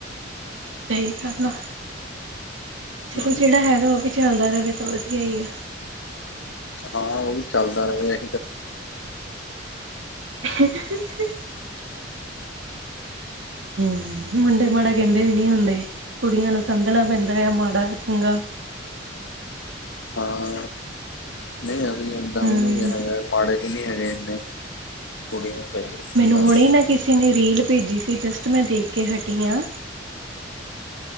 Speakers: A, on the right (about 80°); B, on the left (about 75°).
A: ਸਹੀ ਗੱਲ, ਚਲੋ
B: ਹਮ
A: ਜਿਹੜਾ ਹੈਗਾ ਉਹ ਵੀ ਚੱਲਦਾ ਰਹੇ ਤਾਂ ਵਧੀਆ ਹੀ ਆ
B: ਹਾਂ ਉਹ ਚਲਦਾ ਰਹੇ
A: <inaudible> ਮੁੰਡੇ ਮਾੜਾ ਕਹਿੰਦੇ ਵੀ ਨਹੀਂ ਹੁੰਦੇ, ਕੁੜੀਆ ਨੂੰ ਸਮਝਣਾ ਪੈਂਦਾ ਮਾੜਾ ਜਾਂ ਚੰਗਾ
B: ਹਾਂ, ਨਹੀ ਅਸੀ ਇੰਨੇ
A: ਹਮ
B: ਵੀ ਹੈਗੇ, ਮਾੜੇ ਨੀ ਹੈਗੇ ਇੰਨੇ ਕੁੜੀ ਨੂੰ ਪੈਂਦੀ ਹੁੰਦੀ
A: ਮੈਨੂੰ
B: ਆਸ
A: ਹੁਣੇ ਨਾ ਕਿਸੇ ਨੇ ਰੀਲ ਭੇਜੀ ਸੀ ਜਸਟ ਮੈਂ ਦੇਖ ਕੇ ਹਟੀ ਆ